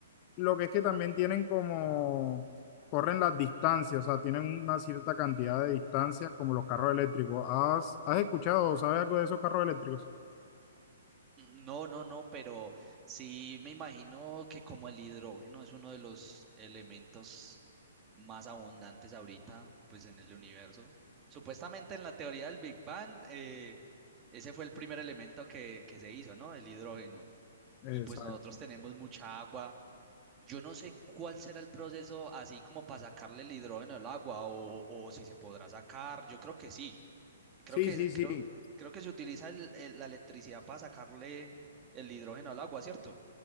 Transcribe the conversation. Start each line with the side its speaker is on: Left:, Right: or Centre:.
Left: Lo que es que también tienen como, corren las distancias, o sea, tienen una cierta cantidad de distancias como los carros eléctricos. ¿Has, has escuchado o sabes algo de esos carros eléctricos?
Right: No, no, no, pero sí me imagino que como el hidrógeno es uno de los elementos más abundantes ahorita, pues en el universo. Supuestamente en la teoría del Big Bang, eh, ese fue el primer elemento que, que se hizo, ¿no? El hidrógeno.
Left: Exacto.
Right: Y pues nosotros tenemos mucha agua Yo no sé cuál será el proceso así como para sacarle el hidrógeno al agua o, o si se podrá sacar. Yo creo que sí. Creo
Left: Sí,
Right: que,
Left: sí, sí.
Right: creo, creo que se utiliza el- el- la electricidad para sacarle el hidrógeno al agua, ¿cierto?